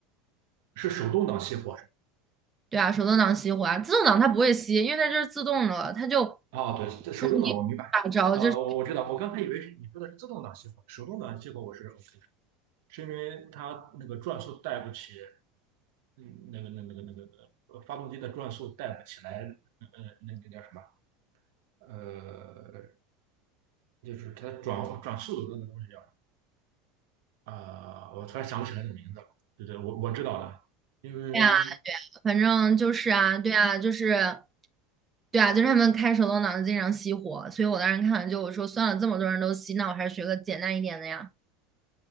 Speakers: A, on the right; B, on the right.
A: 是手动挡熄火是吗？
B: 对啊，手动挡熄火啊，自动挡它不会熄，因为它就是自动的了，它就
A: 哦，对，这手动挡我明白。
B: 那你打着就是
A: 呃，我知道，我刚才以为是你说的是自动挡熄火，手动挡熄火我是 OK 的，是因为它那个转速带不起，嗯，那个那个那个那个呃发动机的转速带不起来，呃，呃那个叫什么？呃，就是它转转速的那个东西。叫。啊、我突然想不起来你的名字了。对对，我我知道了，因为
B: 对啊，反正就是啊，对啊，就是对啊，就是他们开手动挡的经常熄火，所以我当时看了就我说算了，这么多人都熄，那我还是学个简单一点的呀，